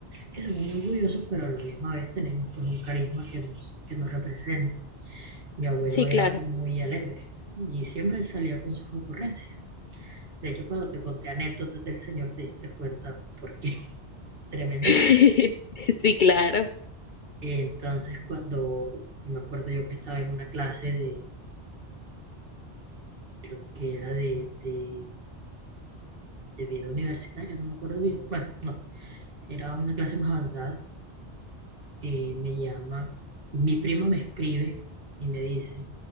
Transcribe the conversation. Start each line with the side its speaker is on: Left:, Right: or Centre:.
Right: que somos muy orgullosos, pero a la misma vez tenemos pues un carisma que nos, que nos representa. Mi abuelo
Left: Sí, claro.
Right: era muy alegre y siempre salía con sus ocurrencias. De hecho, cuando te conté anécdotas del señor, te diste cuenta porque <laughs> tremendito.
Left: <laughs> Sí, claro.
Right: Entonces, cuando me acuerdo yo que estaba en una clase de, creo que era de de, de vida universitaria, no me acuerdo bien. Bueno, no, era una clase más avanzada. eh, me llama, mi prima me escribe y me dice,